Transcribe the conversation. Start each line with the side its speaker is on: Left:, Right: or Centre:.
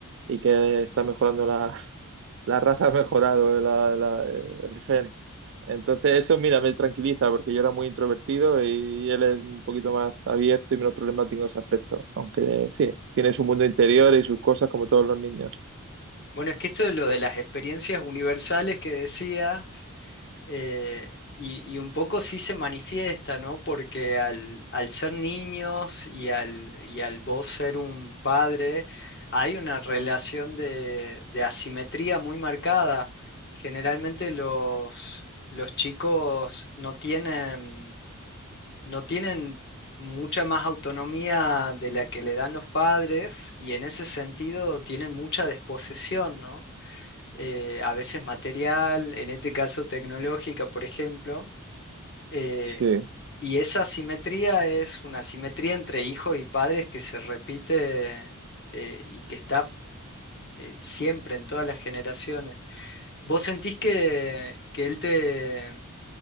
Right: y que está mejorando la, <laughs> la raza, ha mejorado la- la- el gen. Entonces eso, mira, me tranquiliza porque yo era muy introvertido y él es un poquito más abierto y menos problemático en ese aspecto. Aunque sí, tiene su mundo interior y sus cosas como todos los niños.
Left: Bueno, es que esto de lo de las experiencias universales que decías Eh, y, y un poco sí se manifiesta, ¿no? Porque al, al ser niños y al, y al vos ser un padre, hay una relación de, de asimetría muy marcada. Generalmente los, los chicos no tienen, no tienen mucha más autonomía de la que le dan los padres y en ese sentido tienen mucha desposesión, ¿no? eh, a veces material, en este caso tecnológica, por ejemplo. eh,
Right: Sí.
Left: y esa asimetría es una asimetría entre hijos y padres que se repite eh, y que está eh, siempre en todas las generaciones. ¿Vos sentís que, que él te,